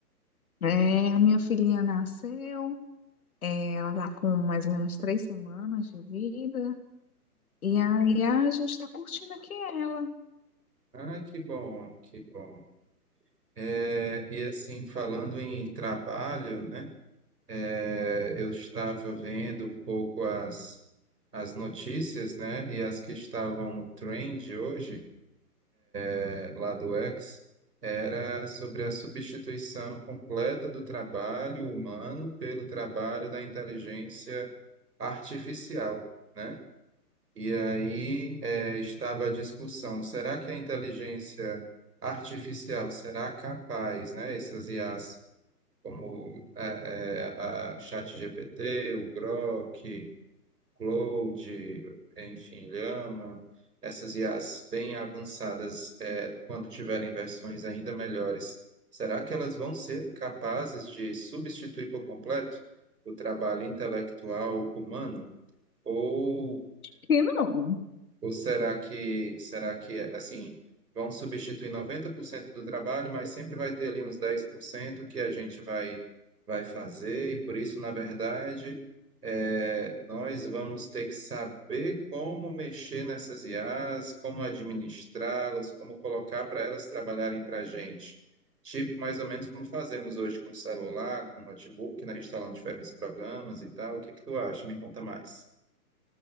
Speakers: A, on the left; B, on the right.
A: É, a minha filhinha nasceu, é, ela tá com mais ou menos três semanas de vida, e aí a gente tá curtindo aqui ela.
B: Ah, que bom, que bom. É, e assim, falando em trabalho, né? É, eu estava vendo um pouco as, as notícias, né? E as que estavam no trend hoje, é, lá do X, era sobre a substituição completa do trabalho humano pelo trabalho da inteligência artificial, né? E aí, é, estava a discussão, será que a inteligência artificial será capaz, né? Essas IAs como é, é, a ChatGPT, o Grok, Claude, enfim, Llama, essas IAs bem avançadas, é, quando tiverem versões ainda melhores, será que elas vão ser capazes de substituir por completo o trabalho intelectual humano? Ou
A: Que não.
B: ou será que, será que, assim, vão substituir 90% do trabalho, mas sempre vai ter ali uns 10% que a gente vai, vai fazer, e por isso, na verdade, é, nós vamos ter que saber como mexer nessas IAs, como administrá-las, como colocar para elas trabalharem para a gente. Tipo, mais ou menos como fazemos hoje com celular, com notebook, né? Instalando diferentes programas e tal. O que que tu acha? Me conta mais.